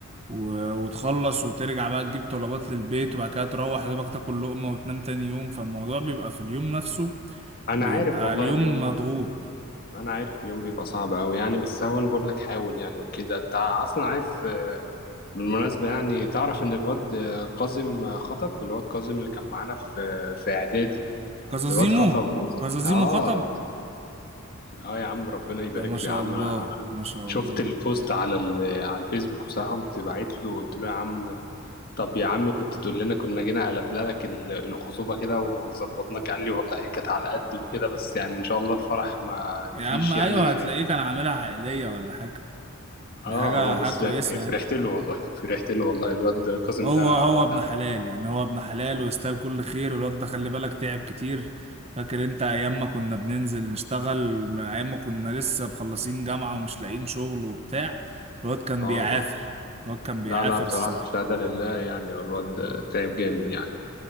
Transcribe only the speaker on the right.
و... وتخلص وترجع بقى تجيب طلبات للبيت وبعد كده تروح يا دوبك تاكل لقمة وتنام تاني يوم فالموضوع بيبقى في اليوم نفسه
بيبقى
اليوم
مضغوط
كزازيمو
كزازيمو
خطب
ده ما شاء
الله
ما شاء
الله
يا
عم ايوه
هتلاقيه كان عاملها عائلية ولا حاجة
دي حاجة
حاجة كويسة
يعني
هو
هو
ابن حلال يعني هو ابن حلال واستاهل كل خير والواد ده خلي بالك تعب كتير فاكر انت ايام ما كنا بننزل نشتغل من ايام ما كنا لسه مخلصين جامعة ومش لاقيين شغل وبتاع الواد كان
بيعافر الواد كان بيعافر
الصراحة